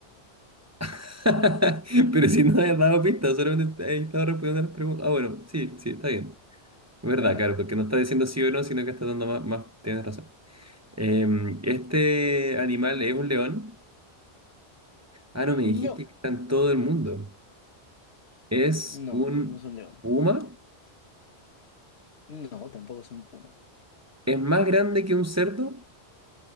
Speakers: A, on the right (about 15°); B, on the left (about 75°).
A: <laughs> Pero si no has dado pistas, solamente he estado respondiendo las preguntas. Ah, bueno, sí, sí, está bien. Es verdad,
B: más.
A: claro, porque
B: <laughs>
A: no está diciendo sí o no, sino que está dando más... más... Tienes razón. Em, ¿este animal es un león? Ah, no, me
B: No,
A: dijiste que está en todo el mundo. ¿Es
B: no,
A: un
B: no es un león.
A: puma?
B: No, tampoco es un puma.
A: ¿Es más grande que un cerdo?